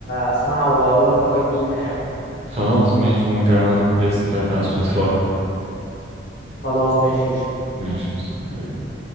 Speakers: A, on the left (about 55°); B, on the right (about 30°).
A: اسمعها واقول لك رايي فيها يعني
B: خلاص ماشي ممكن ابعتلك البلاي ليست بتاعتي على سبوتيفاي
A: خلاص ماشي
B: ماشي بس حبيبي